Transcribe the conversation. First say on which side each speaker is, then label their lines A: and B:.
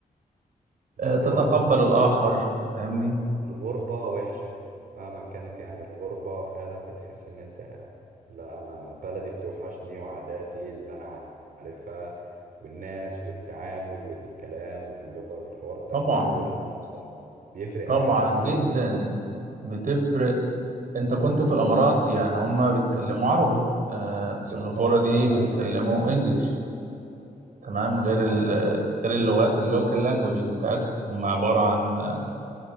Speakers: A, on the right (about 85°); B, on the right (about 65°).
A: بس
B: آه تتقبل
A: برضو برضو
B: الآخر فاهمني
A: الغربة وحشة مهما كانت يعني الغربة فعلا بتحس ان انت لا انا بلدي بتوحشني وعاداتي اللي انا عارفها والناس والتعامل والكلام واللغة والحوار
B: طبعا
A: ده كله لا انا بصراحة بيفرق
B: طبعا
A: معايا شخصيا
B: جدا بتفرق أنت كنت في الإمارات يعني هما بيتكلموا عربي آه سنغافورة
A: بالظبط
B: دي
A: فانا
B: بيتكلموا
A: كنت
B: إنجليش تمام غير
A: اه
B: ال غير اللغات اللوكال لانجوجز بتاعتهم هم عبارة عن